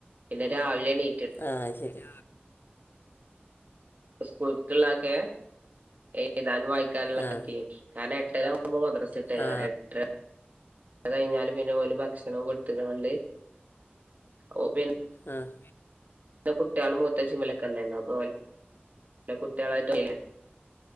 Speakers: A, on the right; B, on the left.
A: പിന്നെ രാവിലെയെണീ
B: ആഹ് ശെരി
A: സ്കൂളിക്കുള്ളതൊക്കെ എഴുതാനും വായിക്കാനുള്ളതൊക്കെ
B: ആ
A: കാരണം എട്ടര ആകുമ്പോ മദ്രസ്സ എത്തണം
B: ആ
A: എട്ടര അത് കഴിഞ്ഞാല് പിന്നെ ഓല് ഭക്ഷണം കൊടുത്തുക്കണോണ്ട് ഓ പി
B: ആഹ്
A: ഇവിടുത്തെ കുട്ടികൾ മൂത്ത ജിമ്മിലൊക്കെ ഉണ്ടാരുന്നു അപ്പൊ കുട്ടികളായിട്ട് അല്ലേ